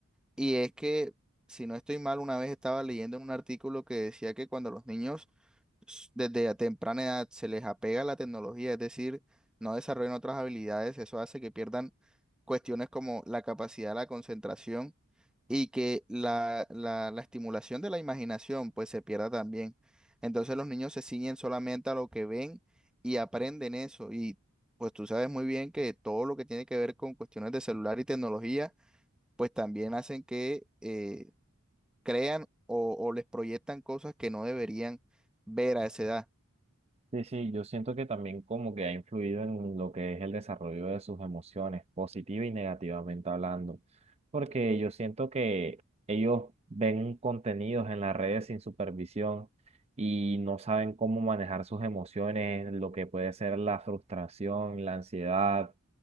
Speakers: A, in the centre; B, on the right (about 30°).
A: Y es que, si no estoy mal, una vez estaba leyendo en un artículo que decía que cuando los niños s- desde a temprana edad se les apega la tecnología, es decir, no desarrollan otras habilidades, eso hace que pierdan cuestiones como la capacidad, la concentración y que la, la, la estimulación de la imaginación pues se pierda también. Entonces los niños se ciñen solamente a lo que ven y aprenden eso. Y pues tú sabes muy bien que todo lo que tiene que ver con cuestiones de celular y tecnología pues también hacen que eh, crean o, o les proyectan cosas que no deberían ver a esa edad.
B: Sí, sí, yo siento que también como que ha influido en lo que es el desarrollo de sus emociones, positiva y negativamente hablando, porque yo siento que ellos ven contenidos en las redes sin supervisión y no saben cómo manejar sus emociones, lo que puede ser la frustración, la ansiedad,